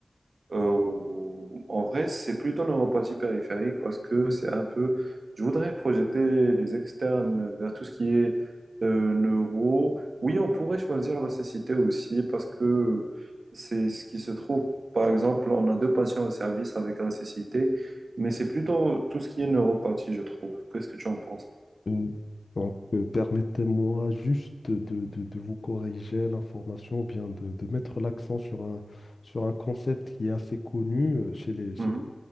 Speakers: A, on the right; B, on the left.
A: Euh, ou- en vrai, c'est plutôt neuropathie périphérique parce que c'est un peu. Je voudrais projeter les externes vers tout ce qui est euh, neuro. Oui, on pourrait choisir la cécité aussi parce que c'est ce qui se trouve. Par exemple, on a deux patients au service avec la cécité, mais c'est plutôt tout ce qui est neuropathie, je trouve. Qu'est-ce que tu en penses?
B: Euh, Donc, euh, permettez-moi juste de, de- de vous corriger l'information, ou bien de, de mettre l'accent sur un, sur un concept qui est assez connu euh, chez les, chez
A: Mhm.
B: les,